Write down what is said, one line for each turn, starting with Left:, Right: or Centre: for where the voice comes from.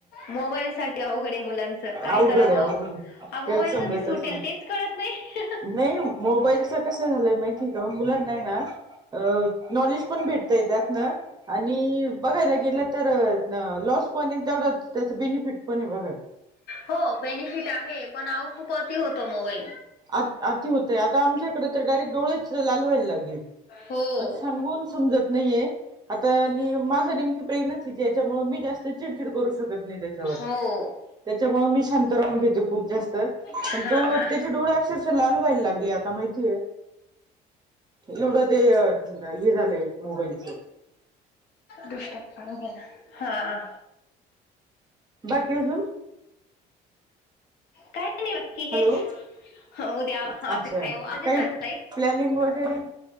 Left: मोबाईल साठी अवघड आहे मुलांचं काय
Right: अवघड
Left: करावं
Right: ए अवघड ए
Left: हा मोबाईल
Right: तेच समजतच
Left: कधी सुटेल
Right: नाय.
Left: तेच कळत नाही
Right: नाय मोबाईलच कस झालंय माहि शिकाव मुलांना हाय ना नॉलेज पण भेटतय त्यातन आणि बघायला गेलं तर लॉस पण तेवढ त्याच बेनिफिट पण आय बघा.
Left: हो बेनिफिट आहे पण अहो खूप अती होतो मोबाईल.
Right: आ- आती होतय आता आमच्या हिकडं तर डायरेक्ट डोळेच लाल व्हायला लागली.
Left: हो
Right: पण सांगून समजत नाहीये. आता नेम माझ नेमकी प्रेग्नेंसी तेच्यामुळे मी जास्त चिडचिड करू शकत नाय त्याच्यावर.
Left: हो
Right: त्याच्यामुळ मी शांत राहून घेते खुप जास्त,
Left: हा
Right: पण पण
Left: हा
Right: त्याचे डोळे अक्षरशा लाल व्हायला लागले आता माहितीये एवढ ते हे झालय मोबाईलच.
Left: दुष्ट्या काढा हो ना हा.
Right: बाकी अजून?
Left: काय? बाकी
Right: हॅलो
Left: हेच उद्या <unintelligible>
Right: अच्छा काही प्लॅनिंग वगैरे